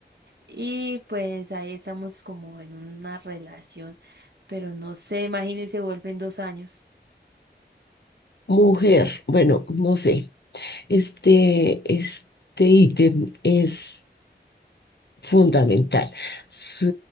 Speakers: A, on the right; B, on the left.
A: Y pues ahí estamos como en una relación, pero no sé, imagínense, vuelven dos años.
B: Mujer, bueno, no sé. Este, este ítem es. fundamental. Su,